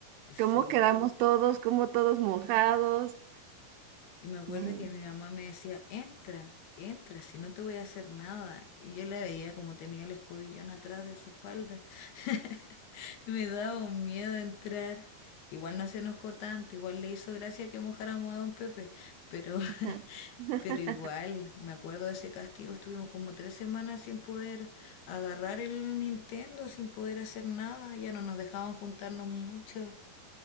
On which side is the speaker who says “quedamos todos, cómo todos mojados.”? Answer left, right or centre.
Right